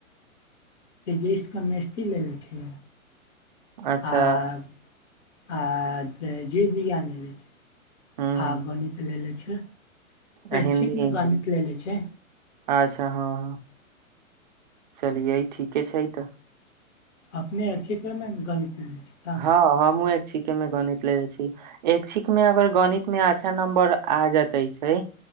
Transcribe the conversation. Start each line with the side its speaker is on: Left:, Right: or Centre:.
Left: फिजिक्स कमेस्ट्री लै ले छि
Right: अच्छा
Left: आऽ आ जीव विज्ञान लेलै छै आ
Right: ह ह
Left: गणित लेलै छै
Right: आ
Left: एक्छिक
Right: हिन्दी
Left: में
Right: इंग्लिश
Left: गणित ले ले छै
Right: अच्छा हँ हँ चलियै ठीके छै इ तऽ
Left: अपने एक्छिके में गणित लने छीयै
Right: हँ हमहुँ एक्छिके मे गणित लेने छी इक्छिक मे अगर गणित मे अच्छा नंबर आ जातै छै